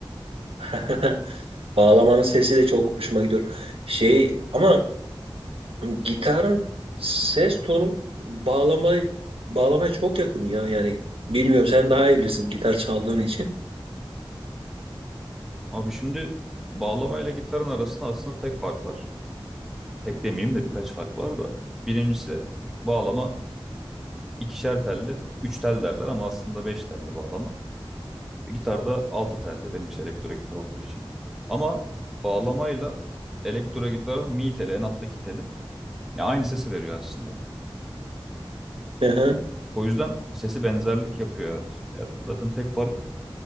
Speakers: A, on the right; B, in the centre.
A: <laughs> Bağlamanın sesi de çok hoşuma gidiyor. Şey ama Gitarın ses tonu bağlama bağlamaya çok yakın ya yani bilmiyorum sen daha iyi bilirsin gitar çaldığın için.
B: Abi şimdi bağlama ile gitarın arasında aslında tek fark var. Tek demeyeyim de birkaç fark var da. Birincisi bağlama ikişer telli, üç tel derler ama aslında beş telli bağlama. E, Gitarda altı telli, benimki elektro gitar olduğu için. Ama bağlamayla elektro gitarın mi teli, en alttaki teli ya aynı sesi veriyor aslında.
A: Hı hı.
B: O yüzden sesi benzerlik yapıyor evet. Ya zaten tek fark